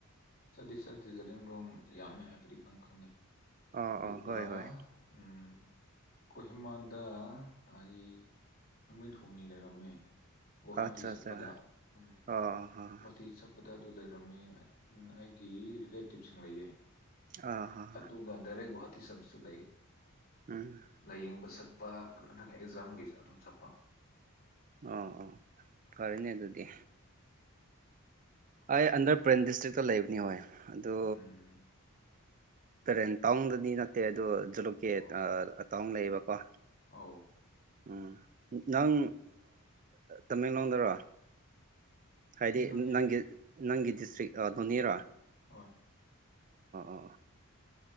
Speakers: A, on the left; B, on the right.
A: ꯆꯠꯗꯤ ꯆꯠꯗꯔꯤ ꯖꯥꯔꯥꯏꯔꯣꯝ ꯌꯥꯝꯃꯦ ꯍꯥꯏꯕꯗꯤ ꯈꯪ ꯈꯪꯉꯦ
B: ꯑꯥ
A: ꯑꯗꯨꯒ
B: ꯑꯥ ꯍꯣꯏ ꯍꯣꯏ
A: ꯎꯝ ꯀꯣꯍꯤꯃꯥꯟꯗ ꯑꯩ ꯅꯨꯃꯤꯠ ꯍꯨꯝꯅꯤ ꯂꯩꯔꯝꯃꯦ ꯒꯋꯥꯍꯥꯇꯤ
B: ꯑꯠꯆꯥ
A: ꯆꯠꯄꯗ
B: ꯑꯠꯆꯥ
A: ꯎꯝ
B: ꯑꯥ ꯑꯥ
A: ꯒꯨꯋꯥꯍꯥꯇꯤ ꯆꯠꯄ ꯗ ꯑꯗꯨ ꯂꯩꯔꯝꯃꯦ ꯑꯩꯒꯤ ꯔꯤꯂꯦꯇꯤꯞꯁꯤꯡ ꯂꯩꯌꯦ
B: ꯑꯥ
A: ꯑꯗꯨꯒ ꯗꯥꯏꯔꯦꯛ ꯒꯨꯍꯥꯇꯤ ꯆꯠꯕꯁꯨ ꯂꯩ
B: ꯎꯝ
A: ꯂꯥꯏꯌꯦꯡꯕ ꯆꯠ ꯄ ꯅꯠꯇ꯭ꯔꯒ ꯑꯦꯛꯖꯥꯝꯒꯤꯁꯨ ꯑꯗꯨꯝ ꯆꯠꯄ
B: ꯑꯣ ꯐꯔꯅꯦ ꯑꯗꯨꯗꯤ ꯑꯩ ꯑꯟꯗꯔ ꯄ꯭ꯔꯦꯟ ꯗꯤꯁꯇ꯭ꯔꯤꯛꯇ ꯂꯩꯕꯅꯤ ꯍꯣꯏ ꯑꯗꯨ
A: ꯎꯝ
B: ꯄꯦꯔꯦꯟ ꯇꯥꯎꯟꯗꯗꯤ ꯅꯠꯇꯦ ꯑꯗꯣ ꯖꯂꯨꯀꯦ
A: ꯑꯣ
B: ꯇꯥꯎ ꯂꯩꯌꯦꯕꯀꯣ
A: ꯑꯧ
B: ꯎꯝ ꯅꯪ ꯇꯃꯦꯡꯂꯣꯡꯗꯔꯣ ꯍꯥꯏꯗꯤ
A: ꯑꯩꯅꯣꯅꯦ
B: ꯅꯪꯒꯤ ꯅꯪꯒꯤ ꯗꯤꯁꯇ꯭ꯔꯤꯛ ꯅꯣꯅꯦꯔꯣ ꯑ
A: ꯍꯣꯏ
B: ꯑ